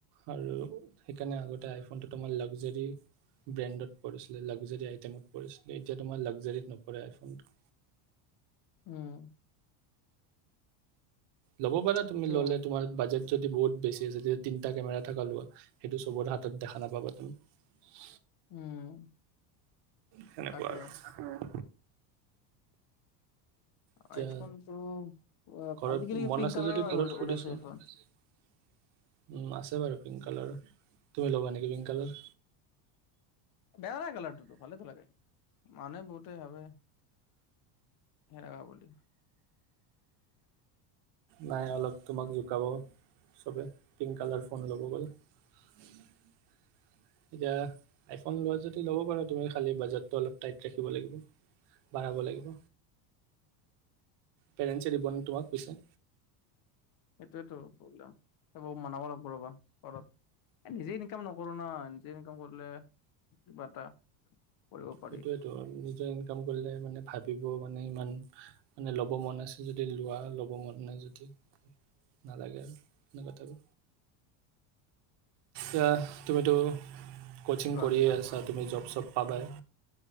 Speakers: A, on the right; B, on the left.
A: আৰু সেইকাৰণে আগতে আইফোনটো তোমাৰ লাগজাৰী ব্ৰেণ্ডত পৰিছিল। লাগজাৰী আইটেমত পৰিছে। এতিয়া তোমাৰ লাগজাৰীত নপৰে আইফোনটো।
B: উম
A: ল'ব পাৰা তুমি
B: সেইটো
A: ল'লে
B: হয়
A: তোমাৰ বাজেট যদি বহুত বেছি আছে তেতিয়া তিনটা কেমেৰা থকা লোৱা সেইটো চবত হাতত দেখা নাপাবা তুমি।
B: উম
A: সেনেকুৱা
B: তাকে
A: আৰু এতিয়া
B: আইফোনটো অ
A: ঘৰত
B: আজিকালি
A: মন
B: পিংক
A: আছে
B: কালাৰৰ
A: যদি ঘৰত
B: ওল-
A: সুধিছো
B: ওলাইছে আইফোন
A: উম আছে বাৰু পিংক কালাৰ তুমি ল'বা নেকি পিংক কালাৰ,
B: বেয়া নাই লগা কিন্তু ভালে লাগে। মান বহুতে ভাবে। বেযা বুলি
A: নাই অলপ তোমাক জোকাব চবে পিংক কালাৰ ফোন ল'ব গ'ল এতিয়া আইফোন লোৱা যদি ল'ব পাৰা তুমি খালী বাজেটটো অলপ টাইট ৰাখিব লাগিব বাঢ়াব লাগিব। পেৰেণ্টছে দিবন তোমাক পইচা
B: সেইটোয়ো প্ৰব্লেম সব মনাব লাগিব ৰ'বা ঘৰত নিজে ইনকাম নকৰো ন নিজে ইনকাম কৰিলে কিবা এটা। কৰিব পাৰি
A: সেটোয়েতো নিজৰ ইনকাম কৰিলে মানে ভাবিব মে। মানে ইমান মানে ল'ব মন আছে যদি লোৱা ল'ব মন নাই যদি নালাগে আৰু সেনেকুৱা আৰু এয়া তুমিতো। কচিং
B: কোৱা।
A: কৰিয় আছা তুমি জব চব পাবায়